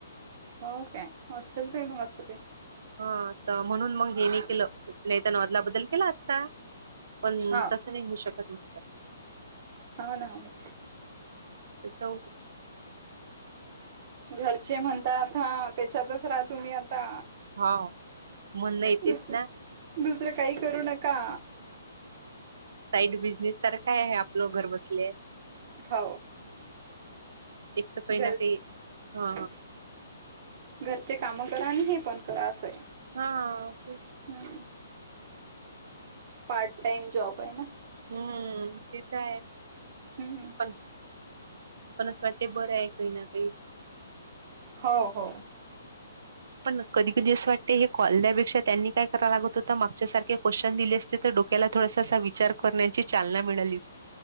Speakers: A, on the right (about 45°); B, on the right (about 65°).
A: हो काय, असेल काय मग अस काय
B: हा, त म्हणून मग हेे नाय केलं, नायत ता न आदला बद्दल केला असता. पण,
A: हा
B: तसं नाही होऊ शकत म्हणतात.
A: हाव ना हाव ना.
B: तर जाऊ दे.
A: घरचे म्हणतात हां त्याच्यातच राहा तुम्ही आता
B: हाव, म्हणल येतेस
A: दुस
B: ना
A: दुसरं काही करू नका
B: एक बिझनेस सारखं हाय ये आपलं घर बसल्या
A: हो
B: एक तर काही
A: घरच
B: ना काही हा
A: घरचे कामं करा, आणि हे पण करा, असंय.
B: हा, तेच
A: हम्म, पार्ट टाइम जॉब आय ना.
B: हम्म ते त आहेच
A: हम्म
B: पण पण असं वाटतय बरंय कई ना कई
A: हो हो.
B: पण कधी कधी असं वाटतय हे कोल्ल्यापेक्षा त्यांनी काय करा लागत होत मागच्यासारखे क्वेशन दिले असते त डोक्याला थोडासा असा विचार करण्याची चालना मिळाली अ